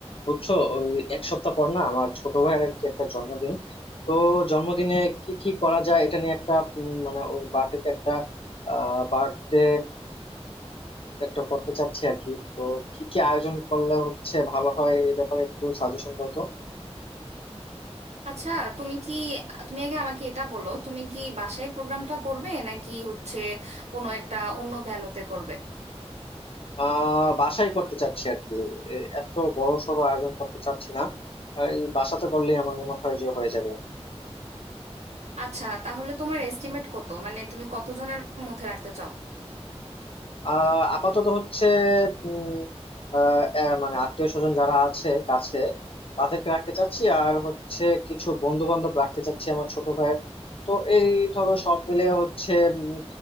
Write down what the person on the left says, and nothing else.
বুঝছো ওই এক সপ্তাহ পর না আমার ছোট ভাইয়ের আর কি একটা জন্মদিন তো জন্মদিনে কি কি করা যায় এটা নিয়ে একটা উম, মানে ওর বার্থডেতে একটা আহ বার্থডে একটা করতে চাচ্ছি আর কি তো কি কি আয়োজন করলে হচ্ছে ভালো হয় এই ব্যাপারে একটু সাজেশন দাও তো
আহ বাসায় করতে চাচ্ছি আর কি এ- এত বড় সড় আয়োজন করতে চাচ্ছি না আহ, এই বাসাতে করলেই আমার মনে হয় যে হয়ে যাবে
আহ আপাতত হচ্ছে উম আহ, আহ, মানে আত্মীয় স্বজন যারা আছে কাছে তাদেরকে রাখতে চাচ্ছি আর হচ্ছে কিছু বন্ধু বান্ধব রাখতে চাচ্ছি আমার ছোট ভাইয়ের তো এই ধরো সব মিলে হচ্ছে উম,